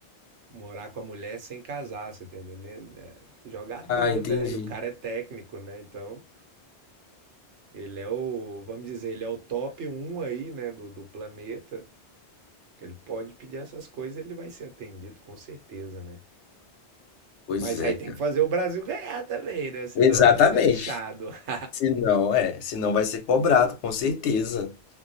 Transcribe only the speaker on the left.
Ah, entendi.
Pois
é,
cara.
Exatamente.
Se não, é, se não vai ser cobrado, com certeza.